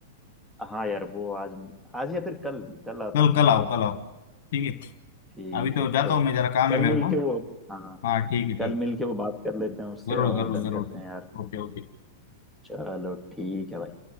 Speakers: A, in the centre; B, on the left.
A: हाँ यार वो आज आज या फिर कल कल आता
B: कल
A: हूँ
B: कल आओ कल आओ ठीक है
A: ठीक
B: अभी तो
A: है
B: जाता
A: तो
B: हूँ मैं जरा काम
A: कल
B: है मेरे
A: मिल
B: को
A: के वो हाँ
B: हाँ ठीक है ठीक
A: कल मिल के वो बात कर लेते हैं उससे
B: जरूर
A: और
B: जरूर
A: डन करते
B: जरूर
A: हैं यार
B: Okay okay
A: चलो ठीक है भाई